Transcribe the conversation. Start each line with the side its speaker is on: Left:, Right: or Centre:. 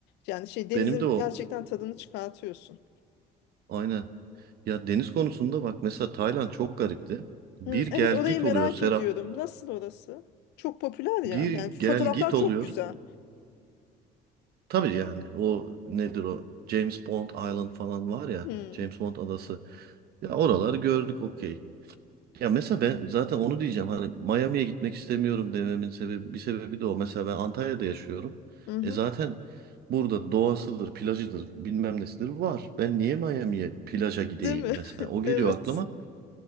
Left: Yani şey denizin
Right: Benim de o
Left: gerçekten tadını çıkartıyorsun.
Right: aynen. Ya deniz konusunda bak mesela Tayland çok garipti. Bir
Left: Hı,
Right: gel
Left: evet orayı
Right: git
Left: merak
Right: oluyor Serap.
Left: ediyorum. Nasıl orası? Çok popüler ya.
Right: Bir
Left: Yani fotoğraflar
Right: gel git oluyor.
Left: çok güzel.
Right: Tabii yani o nedir o? James Bond Island falan var ya.
Left: Hı.
Right: James Bond adası. Ya oraları gördük okey. Ya mesela ben zaten onu diyeceğim hani Miami'ye gitmek istemiyorum dememin sebebi bir sebebi de o. Mesela ben Antalya'da yaşıyorum.
Left: Hı hı.
Right: E zaten burada doğasıdır, plajıdır, bilmem nesidir var. Ben niye Miami'ye plaja gideyim
Left: Değil mi?
Right: mesela?
Left: <laughs>
Right: O geliyor
Left: Evet.
Right: aklıma.